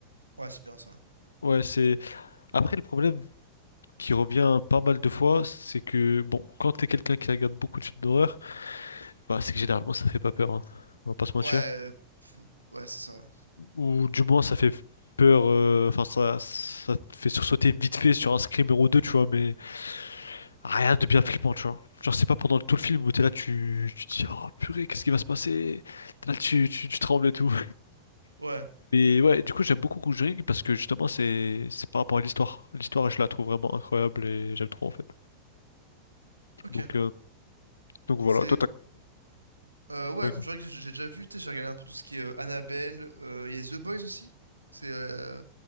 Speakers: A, on the right; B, on the left.
A: Ouais, c'est bien ça,
B: Ouais, c'est... Après, le problème... qui revient pas mal de fois, c'est que, bon, quand t'es quelqu'un qui regarde beaucoup de films d'horreur, bah, c'est que généralement ça fait pas peur, hein. On va pas se mentir.
A: ouais. Ouais, euh, faut- ouais, c'est ça, ouais.
B: Ou du moins ça fait peur, euh, enfin ça, ça te fait sursauter vite fait sur un screamer ou deux, tu vois, mais rien de bien flippant, tu vois. Genre c'est pas pendant tout le film où t'es là, tu, tu te dis, oh purée, qu'est-ce qui va se passer? T'es Là, tu, tu, tu trembles et tout.
A: Ouais,
B: Et ouais, du coup j'aime beaucoup Conjuring parce que justement c'est c'est par rapport à l'histoire. L'histoire, je la trouve vraiment incroyable et j'aime trop en fait.
A: ok.
B: Donc, euh, donc voilà.
A: C'est
B: un
A: Euh, ouais,
B: peu. Ouais.
A: Conjuring, j'ai j'ai déjà vu, tu sais, j'ai regardé un peu tout ce qui est euh, Annabelle, euh, il y a The Boys aussi, c'est euh,